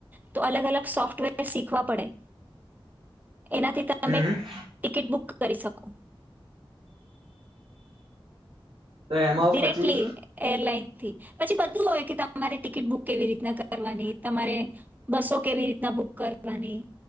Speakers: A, on the right; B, on the right.
A: તો અલગ અલગ સોફ્ટવેર શીખવા પડે. એનાથી તમે
B: હમ
A: ટિકિટ બુક કરી શકો.
B: તો એમાં
A: ડિરેક્ટલી
B: પછી
A: એરલાઈન થી, પછી બધું હોય તમારે ટિકિટ બુક કેવી રીતના કરવાની તમારે, બસો કેવી રીતના બુક કરવાની.